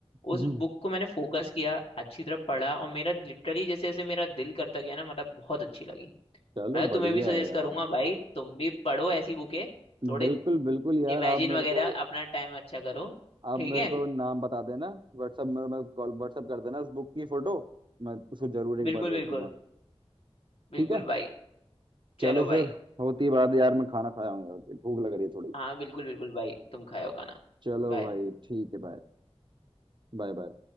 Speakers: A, on the right (about 50°); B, on the left (about 65°).
A: हम्म,
B: उस बुक को मैंने फोकस किया अच्छी तरह पढ़ा और मेरा लिटरली जैसे जैसे मेरा दिल करता गया ना मतलब बहुत अच्छी लगी
A: चलो
B: मैं तो
A: बढ़िया
B: तुम्हें भी सजेस्ट
A: है यार
B: करूंगा भाई तुम भी पढ़ो ऐसी बुकें थोड़े
A: बिल्कुल बिल्कुल यार
B: इमेजिन
A: आप मेरे
B: वगैरह
A: को
B: अपना टाइम अच्छा करो
A: आप
B: ठीक
A: मेरे
B: है
A: को नाम बता देना व्हाट्सएप मेरे में मैं कॉल व्हाट्सएप कर देना उस बुक की फोटो मैं उसको जरूर एक
B: बिल्कुल
A: बार देखूंगा
B: बिल्कुल बिल्कुल
A: ठीक है
B: भाई चलो
A: चलो फिर
B: भाई
A: होती बात यार मैं खाना खाया हूँ यार भूख लग रही है थोड़ी
B: हाँ बिल्कुल बिल्कुल भाई तुम खाओ खाना
A: चलो
B: बाय
A: भाई ठीक है बाय Bye bye